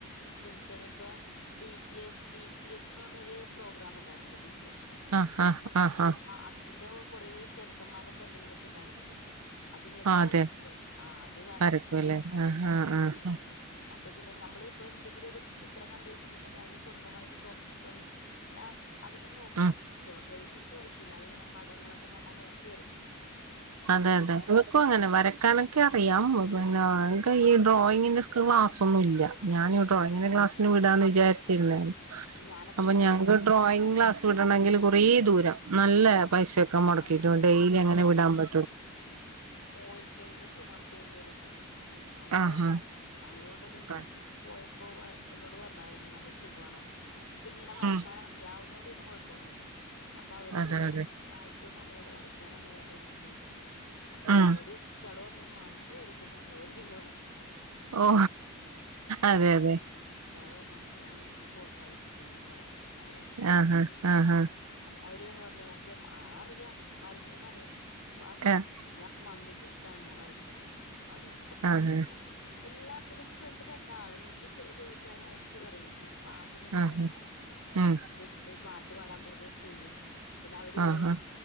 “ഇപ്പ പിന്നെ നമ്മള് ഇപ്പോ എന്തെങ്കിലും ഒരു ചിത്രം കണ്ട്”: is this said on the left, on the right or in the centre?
Left